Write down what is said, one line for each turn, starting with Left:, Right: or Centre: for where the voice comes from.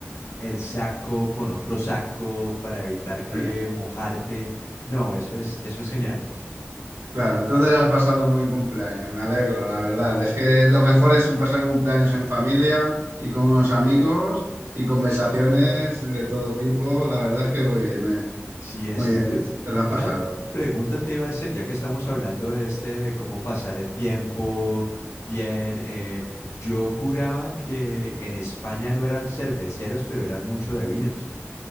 Left: el saco, con otro saco para evitar
Right: Sí.
Left: que mojarte. No, eso es, eso es genial.
Right: Claro, entonces has pasado un buen cumpleaños, me alegro, la verdad. Es que lo mejor es un pasar un cumpleaños en familia y con unos amigos y conversaciones de todo tipo. La verdad es que muy bien, eh.
Left: Sí, exacto.
Right: Muy bien, te lo has
Left: Una
Right: pasado.
Left: pregunta te iba a hacer, ya que estamos hablando de este, de cómo pasar el tiempo bien. eh, yo juraba que en España no eran cerveceros, pero eran mucho de vinos.